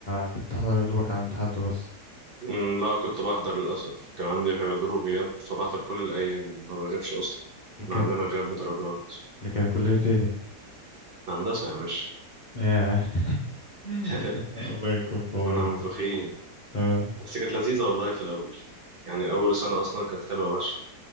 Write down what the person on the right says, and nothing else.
مم، لا كنت بحضر للأسف كان عندي حضور وغياب فبحضر كل الأيام ما بغيبش أصلا
احنا
عندنا غياب بدرجات
هندسة يا باشا
<laughs>
كنا منفخين
بس كانت لذيذة والله في الأول يعني أول سنة أصلا كانت حلوة فشخ